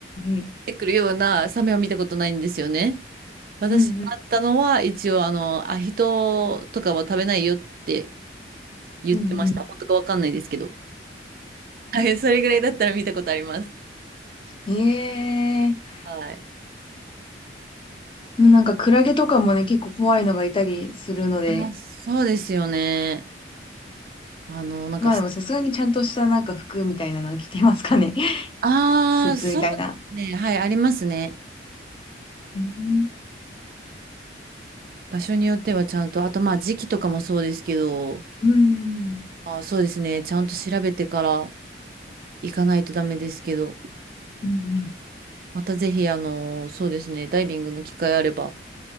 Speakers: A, on the left; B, on the right.
A: うん
B: てくるようなサメは見たことないんですよね。私があったのは、
A: うんうん。うんうん
B: 一応、あの、あヒトとかは食べないよって言ってました。
A: うん
B: 本当かわかんないですけど。はい、それぐらいだったら見たことあります。
A: うん。<laughs> ええー。
B: はい。
A: なんか、クラゲとかもね、結構怖いのがいたりするので、
B: あ、そうですよね。あの、なんか
A: まあでもさすがにちゃんとしたなんか服みたいなの着てますかね。<laughs>
B: ああ、
A: スーツみたいな。
B: そうですね。はい、ありますね。
A: うんうん。
B: 場所によってはちゃんと、あとまあ時期とかもそうですけど、
A: う
B: あー、そうですね。ちゃんと調べてから行かないとダメですけど、
A: うんうん
B: またぜひ、あの、そうですね。ダイビングの機会あれば、